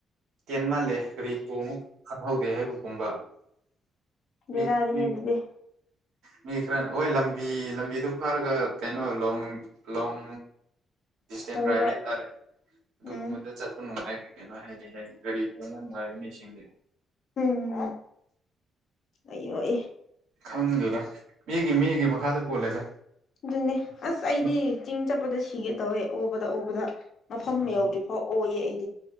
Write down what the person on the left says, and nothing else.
ꯂꯩꯦꯔꯗꯦ
ꯍꯦꯒꯗꯦ
ꯂꯣꯡ
ꯗ꯭ꯔꯥꯏꯕ
ꯎꯝ
ꯎꯝ ꯑꯩ ꯑꯣꯏ
ꯑꯗꯨꯅꯦ ꯑꯁ ꯑꯩꯗꯤ
ꯆꯤꯡ ꯆꯠꯄꯗ ꯁꯤꯒꯦ ꯇꯧꯋꯦ ꯑꯣꯕꯗ ꯑꯣꯕꯗ ꯃꯐꯝ
ꯌꯧꯗ꯭ꯔꯤꯐꯥꯎ ꯑꯣꯌꯦ ꯑꯩ